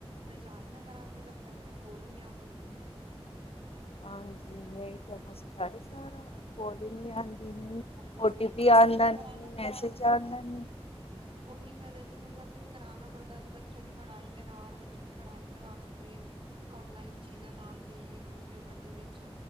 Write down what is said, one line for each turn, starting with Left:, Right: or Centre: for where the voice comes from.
Right: ਰਿਚਾਰਜ ਨਾ ਕਰਾਂਦੇ ਜਬ ਤੱਕ ਕੋਲ ਈ ਨੀ ਆ ਸਕਦੀ
Left: ਹਾਂਜੀ ਯਹੀ ਤੋ ਮਸਲਾ ਐ ਸਾਰਾ, ਕੋਲ ਈ ਨੀ ਆਉਂਦੀ ਨ
Right: ਔਰ ਬਸ
Left: ਓਟੀ
Right: ਫਿਰ
Left: ਪੀ ਆਦਾ ਨੀ,
Right: ਕਰਾਨਾ ਪੜਤਾ
Left: ਮੈਸੇਜ ਆਦਾ ਨੀ।
Right: ਉਹੀ ਗੱਲ ਹੈ ਜੀ ਮਤਲਬ ਫਿਰ ਕਰਾਣਾ ਪੜਦਾ ਜੀ, ਬੱਚੋਂ ਕੇ ਪੜ੍ਹਾਈ ਦੇ ਨਾਲ ਬੱਚੋਂ ਕੇ ਪੜ੍ਹਾਈ ਵਾਸਤੇ ਓਨਲਾਈਨ ਚੀਜ਼ਾਂ <unintelligible> ਕੰਪਿਊਟਰ ਦੇ ਵਿੱਚ